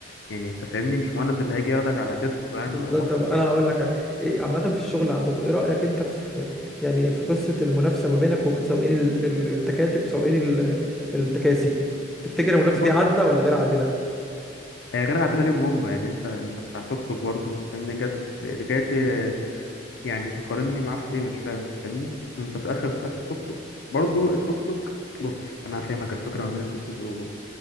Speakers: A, on the left; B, in the centre.
A: يعني انت فاهمني مش مهند اللي هيجي ياخدك على كتفه يعني
B: بالظبط
A: ويروحك
B: طب انا
A: يعني
B: هقول لك ع- إيه عامه في الشغل عندكم ايه رايك انت في يعني في قصه المنافسه ما بينك وبين سواقين ال- ال- التكاتك وسواقين ال- التكاسي تفتكر المنافسه
A: بص
B: دي عادله ولا غير عادله
A: هي غير عادله ليهم هم يعني انت انت بتاع توك توك برضه انت فاهمني جات جاي ت- يعني تقارني معاه في ايه مش فاهم انت فاهمني انت في اخر في اخر توك توك برضه التوك توك بص انا هفهمك الفكره ما بين التوك توك والاوبر